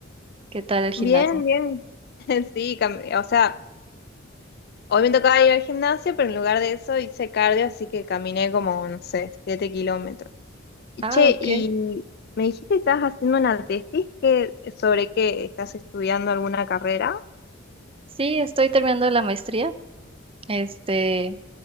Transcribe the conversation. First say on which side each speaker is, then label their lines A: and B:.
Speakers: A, on the right (about 30°); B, on the left (about 50°).
A: ¿Qué tal el gimnasio?
B: Bien, bien. <laughs> Sí, cam- o sea, hoy me tocaba ir al gimnasio, pero en lugar de eso hice cardio, así que caminé como, no sé, 7 kilómetros.
A: Ah,
B: Che,
A: ok.
B: y me dijiste que estás haciendo una tesis que, sobre qué estás estudiando alguna carrera.
A: Sí, estoy terminando la maestría. Este,